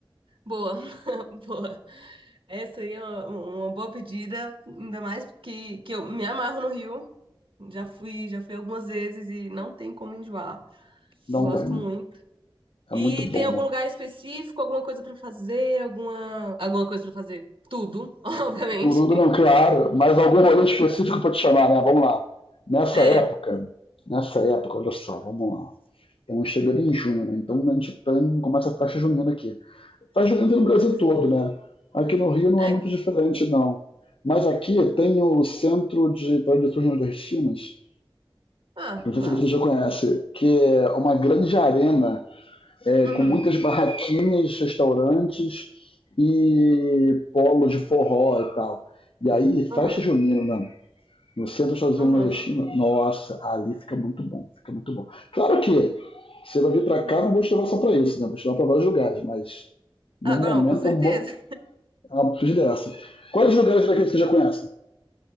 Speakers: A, on the right; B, on the left.
A: Boa, <laughs> boa. Essa aí é uma, uma boa pedida, ainda mais porque que eu me amarro no Rio. Já fui, já fui algumas vezes e não tem como enjoar.
B: Não
A: Gosto
B: tem, né?
A: muito. E
B: É muito bom,
A: tem algum
B: né?
A: lugar específico, alguma coisa pra fazer, alguma alguma coisa pra fazer? Tudo, <laughs> obviamente.
B: Turudo não, claro, mas algum rolante específico pra te chamar, né? Vamos lá. Nessa
A: É,
B: época, nessa época, olha só, vamos lá. Estamos chegando em junho, né? Então a gente tem, começa a festa junina aqui. Festa junina tem no
A: nossa,
B: Brasil
A: sim.
B: todo, né? Aqui no Rio não
A: É.
B: é muito diferente, não. Mas aqui tem o Centro de Tradições Nordestinas,
A: Ah,
B: não
A: massa.
B: sei se você já conhece, que é uma grande arena é,
A: Uhum,
B: com muitas barraquinhas, restaurantes e polos de forró e tal. E aí, festa
A: uhum,
B: junina né? no centro dos Estados
A: uhum,
B: Unidos nordestino, nossa, ali fica muito bom, fica muito bom. Claro que você vai vir para cá,
A: uhum.
B: não vou te levar só para isso, né? Vou te levar para vários lugares, mas no
A: Ah,
B: momento
A: não, com certeza.
B: é uma boa é uma dessa. Quais lugares daqui que você já conhece?